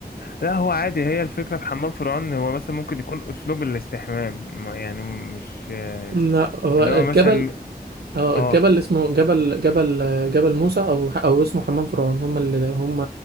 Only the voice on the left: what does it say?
لا هو عادي هي الفكرة في حمام فرعون هو مثلا ممكن يكون أسلوب الاستحمام ما- يعني مش آه،
اللي
هو مثلا
اه